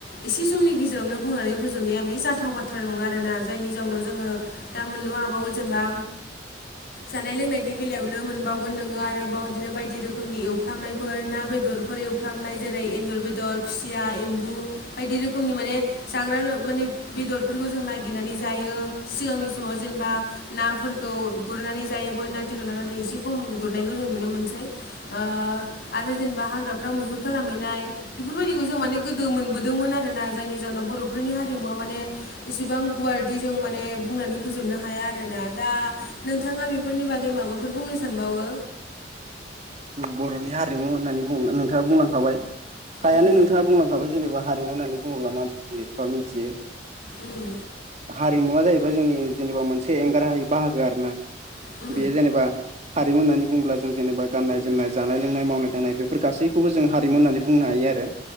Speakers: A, on the left; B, on the right.
A: एसे समनि गेजेरावनो बुंनानै फोजोबनाया बे जाथाव बाथ्रा नङा आरोना जायनि जाउनाव जोङो दा मोननोबो हाबावगौ जेनेबा जानाय लोंनायनि बेलायावनो मोनबावगोन नोङो आरोबाव बिदिनो बाय दि रोखोमनि एवफ्रामनायफोर ना बेदरफोर एवफ्रामनाय जेरै एन्जर बेदर खुसिया एम्बु बायदि रोखोमनि माने जाग्रा माने बेदरफोरखौ जों नाय गिरनानै जायो सिगांनि समाव जेनेबा नाफोरखौ गुरनानै जायोमोन ना आथिखालाव नाथाय एसे खम गुरनायखौ जों नुनो मोनसै ओ आरो जेनेबा हाग्राफ्राव मैहुर खालामहैनाय बेफोरबायदिखौ जों माने गोदो मोनबोदोंमोन आरोना जायनि जाहोनाव बर'फोरनि हारिमुवा माने इसेबां गुवारदि जों माने बुंनानै फोजोबनो हाया आरोना दा नोंथाङा बेफोरनि बागै माबाफोर बुंनो सानबावो
B: बर'नि हारिमु होननानै नोंथाङा बुंलांखाबाय फ्रायानो
A: उम
B: नों थाङा बुंलांखाबाय जेनेबा हारिमु होननानै बुङोब्ला मा बुजि बा मिथियो
A: उम
B: हारिमुवा जाहैबाय जोंनि जेनेबा मोनसे एंगार हाय बाहागो आरो ना
A: उम
B: बेयो जेनेबा हारिमु होननानै बुंङोब्ला जों जेनेबा गाननाय जोमनाय जानाय लोंनाय मावनाय दांनाय बेफोर गासैखौबो जों हारिमु होननानै बुंनो हायो आरो।